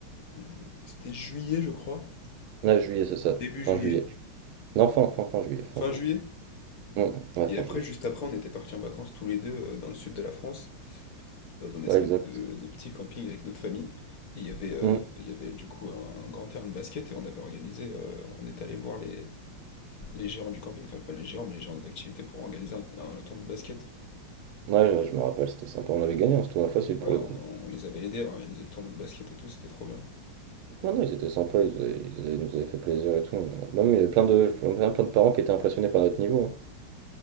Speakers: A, on the left (about 50°); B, on the right (about 80°).
A: euh, c'était juillet, je crois.
B: Ah, juillet, c'est ça,
A: Début
B: fin
A: juillet.
B: juillet. Non, fin, fin, fin juillet, fin
A: Fin
B: juillet.
A: juillet.
B: Hum, hum, Ouais,
A: Et
B: fin
A: après,
B: juillet.
A: juste après, on était parti en vacances tous les deux euh, dans le sud de la France. dans un espèce
B: Ouais, exact.
A: de, de petit camping avec notre famille. Et il y avait, euh,
B: Hum.
A: il y avait du coup un grand terrain de basket et on avait organisé, euh, on est allé voir les, les gérants du camping, enfin pas les gérants, mais les gérants des activités pour organiser un, un tournoi de basket.
B: Ouais, je, je me rappelle, c'était sympa, on avait gagné, hein, ce tournoi facile pour
A: Ouais, on,
B: le coup.
A: on les avait aidés à organiser le tournoi de basket et tout, c'était trop bien.
B: Non, non, ils étaient sympas, ils, avaient- ils avaient- ils nous avaient fait plaisir et tout. on a- Même, il y avait plein de, plein, plein de parents qui étaient impressionnés par notre niveau. hein.